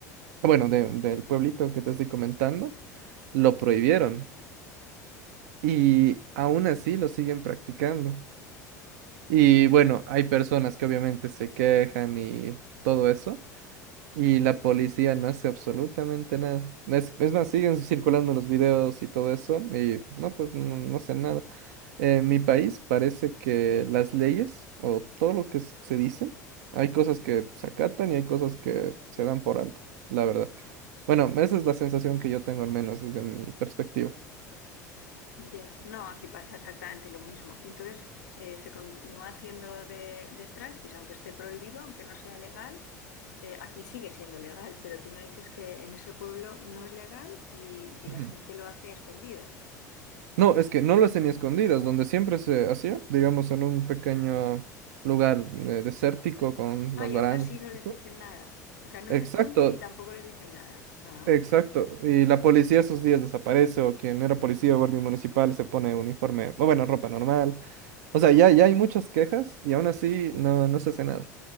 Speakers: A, on the right; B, on the left.
A: bueno, de- del pueblito que te estoy comentando, lo prohibieron. Y aún así lo siguen practicando. Y bueno, hay personas que obviamente se quejan y todo eso, y
B: Ujú.
A: la policía no hace absolutamente nada. Es, es más, siguen circulando los videos y todo eso, y no, pues no, no hacen nada. En mi país parece que las leyes o todo lo que s- se dice, hay cosas que se acatan y hay cosas que se dan por alto, la verdad. Bueno, esa es la sensación que yo tengo al menos desde mi perspectiva.
B: Ya, no, aquí pasa exactamente lo mismo. Entonces, eh, se continúa haciendo de, de striptease, aunque esté prohibido, aunque no sea legal, eh, aquí sigue siendo legal, pero tú me dices que en ese pueblo no es legal y, y
A: Ujú.
B: la gente lo hace a escondidas.
A: No, es que no lo hacen ni escondidas, donde siempre se hacía, digamos, en un pequeño lugar eh, desértico con
B: Ah,
A: las
B: y
A: Ah, barandas
B: aún así
A: sí,
B: no les
A: y eso.
B: dicen nada. O sea, no
A: Exacto,
B: se esconden y tampoco les dicen nada. Ah,
A: exacto. Y la policía esos días desaparece, o quien era policía o guardia municipal se pone uniforme, o bueno, ropa normal. O sea, ya, ya hay muchas quejas y aún así no, no se hace nada.